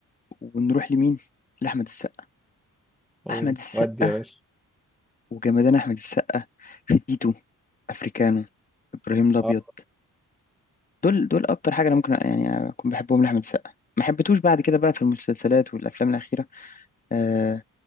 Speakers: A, on the left; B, in the centre.
A: ونروح لمين؟ لأحمد السقا
B: أو-
A: أحمد السقا
B: ودي يا باشا
A: وجمدان أحمد السقا في تيتو أفريكانو إبراهيم الأبيض
B: آه،
A: دول دول أكتر حاجة أنا ممكن يعني أكون بحبهم لأحمد السقا ما حبيتوش بعد كده بقى في المسلسلات والأفلام الأخيرة آه